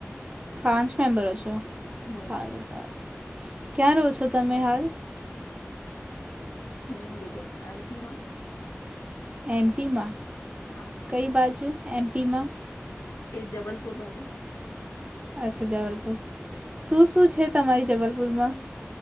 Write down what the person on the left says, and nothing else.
હમ
હમ ગુજરાત એમપી માં
હા
એ જબલપુર બાજુ
હમ